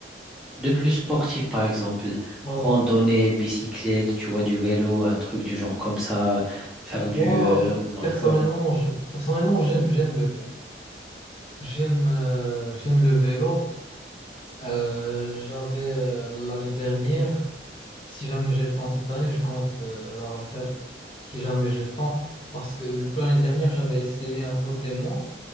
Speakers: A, in the centre; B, on the left (about 30°).
A: de plus sportif, par exemple.
B: Ok.
A: Randonnée, bicyclette, tu vois, du vélo, un truc du genre comme ça. Faire du...
B: Moi,
A: euh, donc,
B: personnellement,
A: euh,
B: je, personnellement, j'aime, j'aime le vélo. J'aime euh, j'aime le vélo. Euh, j'avais euh, l'année dernière, si jamais j'ai le temps cette année, je compte euh, la refaire si jamais j'ai le temps. Parce que du coup, l'année dernière, j'avais essayé un pote et moi.